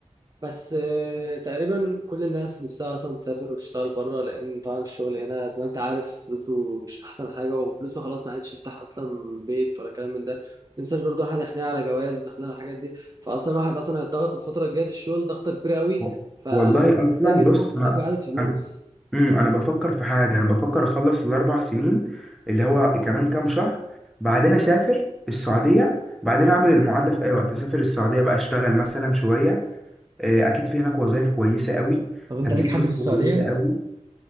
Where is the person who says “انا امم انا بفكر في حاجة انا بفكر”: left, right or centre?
Centre